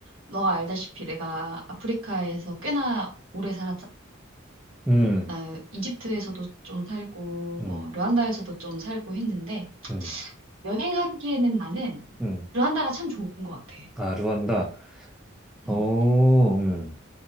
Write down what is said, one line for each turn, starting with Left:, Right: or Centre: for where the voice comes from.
Right: 너가 알다시피 내가 아프리카에서 꽤나 오래 살았잖아.
Centre: 음,
Right: 나 이집트에서도 좀 살고,
Centre: 음,
Right: 뭐, 르완다에서도 좀 살고 했는데,
Centre: 음,
Right: 여행하기에는 나는
Centre: 음.
Right: 르완다가 참 좋은 것 같아.
Centre: 아, 루안다. 어,
Right: 음.
Centre: 음.